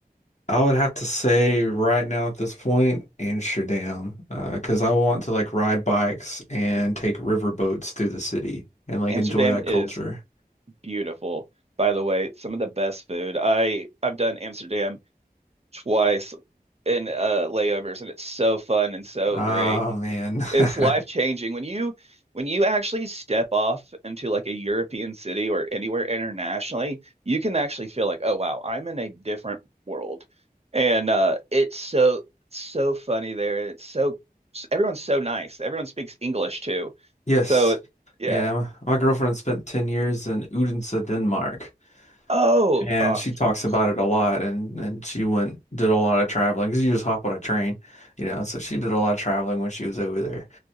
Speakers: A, on the left; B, on the right.
A: I would have to say right now at this point, Amsterdam, uh, because I want to like ride bikes and take river boats through the city and like
B: Amsterdam
A: enjoy that
B: is
A: culture.
B: beautiful, by the way. Some of the best food. I I've done Amsterdam twice in uh layovers and it's so fun and so
A: Oh
B: great.
A: man.
B: it's
A: <laughs>
B: life changing when you when you actually step off into like a European city or anywhere internationally, you can actually feel like, oh wow, I'm in a different world. And uh it's so so funny there. It's so everyone's so nice. Everyone speaks English too.
A: Yes.
B: So yeah.
A: Yeah. My girlfriend spent 10 years in Odense, Denmark,
B: Oh,
A: and
B: oh, I'm
A: she
B: jealous.
A: talks about it a lot. And, and she went, did a lot of traveling because you just hop on a train, you know. So she did a lot of traveling when she was over there.